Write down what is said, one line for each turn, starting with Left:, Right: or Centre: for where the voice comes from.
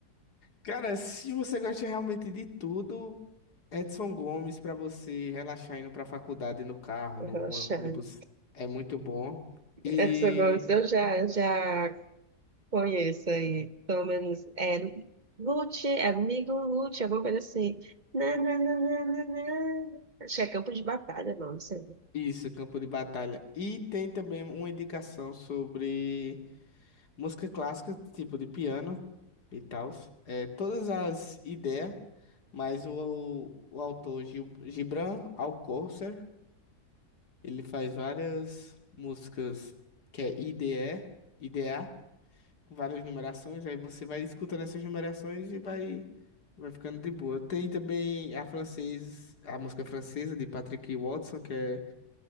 Left: Cara, se você gosta realmente de tudo, Edson Gomes pra você relaxar indo pra faculdade no carro, no
Right: Relaxando.
Left: ônibus, é muito bom. E
Right: Essa voz eu já, já conheço aí. Pelo menos é Lute, é amigo Lute, alguma coisa assim. Na, na, na, na, na, na. Acho que é Campo de Batalha, não, não sei.
Left: isso, campo de batalha. E tem também uma indicação sobre música clássica, tipo de piano e tal. É, todas as ideias, mas o, o autor Gil- Gibran Alcocer, ele faz várias músicas que é IDE, IDA. com várias numerações, aí você vai escutando essas numerações e vai, vai ficando de boa. Tem também a francesa, a música francesa de Patrick Watson, que é.